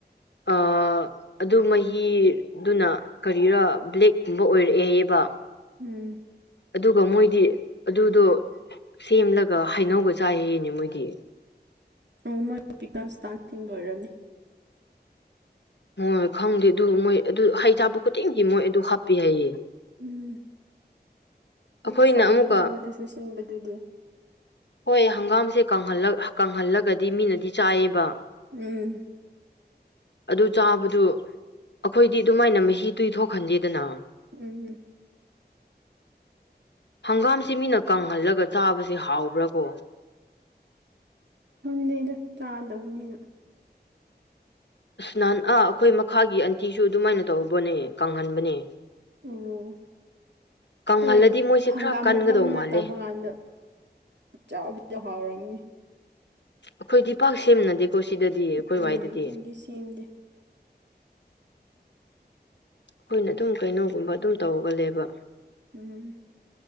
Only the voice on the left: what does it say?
ꯑ ꯑꯗꯨ ꯃꯍꯤꯗꯨꯅ ꯀꯔꯤꯔꯥ ꯕ꯭ꯂꯦꯛꯀꯨꯝꯕ ꯑꯣꯏꯔꯛꯑꯦ ꯍꯥꯏꯌꯦꯕꯥ
ꯑꯗꯨꯒ ꯃꯣꯏꯗꯤ ꯑꯗꯨꯗꯣ ꯁꯦꯝꯂꯒ ꯍꯩꯅꯧꯒꯥ ꯆꯥꯏꯌꯦꯌꯦꯅꯦ ꯃꯣꯏꯗꯤ
ꯃꯣꯏ ꯈꯪꯗꯦ ꯑꯗꯨ ꯃꯣꯏ ꯑꯗꯨ ꯍꯩ ꯊꯥꯕ ꯈꯨꯗꯤꯡꯒꯤ ꯃꯣꯏ ꯑꯗꯨ ꯍꯥꯞꯄꯤ ꯍꯥꯏꯌꯦ
ꯑꯩꯈꯣꯏꯅ
ꯑꯃꯨꯛꯀ
ꯍꯣꯏ ꯍꯪꯒꯥꯝꯁꯦꯜ ꯀꯪꯍꯜꯂ ꯀꯪꯍꯜꯂꯒꯗꯤ ꯃꯤꯅꯗꯤ ꯆꯥꯏꯌꯦꯕ
ꯑꯗꯨ ꯆꯥꯕꯗꯨ ꯑꯩꯈꯣꯏꯗꯤ ꯑꯗꯨꯃꯥꯏꯅ ꯃꯍꯤ ꯗꯨꯗꯤ ꯊꯣꯛꯍꯟꯗꯦꯗꯅ
ꯍꯪꯒꯥꯝꯁꯤ ꯃꯤꯅ ꯀꯪꯍꯜꯂꯒ ꯆꯥꯕꯁꯦ ꯍꯥꯎꯕ꯭ꯔꯥ ꯀꯣ
ꯅꯍꯥꯟ ꯑꯥ ꯑꯩꯈꯣꯏ ꯃꯈꯥꯒꯤ ꯑꯟꯇꯤꯁꯨ ꯑꯗꯨꯃꯥꯏꯅ ꯇꯧꯕꯅꯦ ꯀꯪꯍꯟꯕꯅꯦ
ꯀꯪꯍꯜꯂꯗꯤ
ꯃꯣꯏꯁꯦ
ꯈꯔ ꯀꯟꯒꯗꯧ
ꯃꯥꯜꯂꯦ
ꯑꯩꯈꯣꯏꯗꯤ ꯄꯥꯛ ꯁꯦꯝꯅꯗꯦꯀꯣ ꯁꯤꯗꯗꯤ ꯑꯩꯈꯣꯏ
ꯋꯥꯏꯗꯗꯤ
ꯑꯩꯈꯣꯏꯅ ꯑꯗꯨꯝ ꯀꯩꯅꯣꯒꯨꯝꯕ ꯑꯗꯨꯝ ꯇꯧꯒꯜꯂꯦꯕ